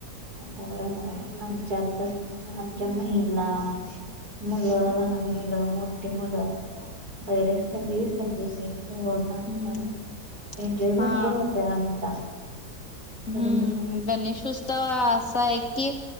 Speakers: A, on the right; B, on the left.
A: होय होय, आमच्यात आमच्या महिला मुलं, लहान मुलं, मोठी मुलं वगैरे सगळी सगळी, म ओढ न असतात
B: हम्म
A: एन्जॉय
B: हा
A: भरपूर होतय आमचा.
B: हम्म!
A: परत
B: गणेशउत्सव त असा आहे की,